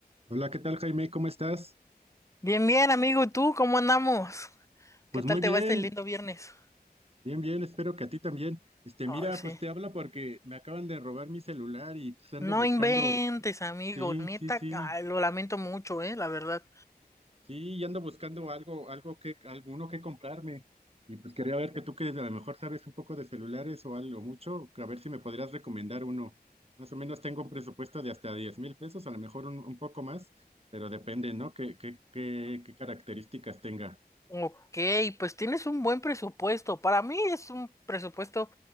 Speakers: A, on the right; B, on the left.
A: Hola, ¿qué tal, Jaime? ¿Cómo estás?
B: Bien, bien, amigo, ¿y tú cómo andamos?
A: Pues
B: ¿Qué tal
A: muy
B: te
A: bien,
B: va este lindo viernes?
A: bien, bien, espero que a ti también. Este,
B: Ay,
A: mira,
B: sí.
A: pues te habla porque me acaban de robar mi celular y pues ando
B: No
A: buscando,
B: inventes, amigo,
A: sí,
B: neta,
A: sí, sí,
B: ay, lo lamento mucho, eh, la verdad.
A: sí, y ando buscando algo, algo que, alguno que comprarme. Y pues quería ver que tú que a lo mejor sabes un poco de celulares o algo mucho, a ver si me podrías recomendar uno. Más o menos tengo un presupuesto de hasta diez mil pesos, a lo mejor un, un poco más, pero depende, ¿no? ¿Qué, qué, qué, qué características tenga?
B: Ok, pues tienes un buen presupuesto. Para mí es un presupuesto